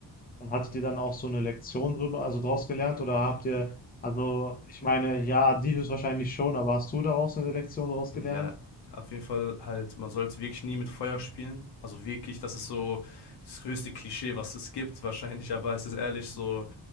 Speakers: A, on the left; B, on the left.
A: und hattet ihr dann auch so eine Lektion drüber, also draus gelernt? Oder habt ihr, also ich meine, ja, die höchstwahrscheinlich schon, aber hast du daraus eine Lektion draus
B: Ja,
A: gelernt?
B: auf jeden Fall halt, man sollte wirklich nie mit Feuer spielen. Also wirklich, das ist so das größte Klischee, was es gibt, wahrscheinlich, aber es ist ehrlich so,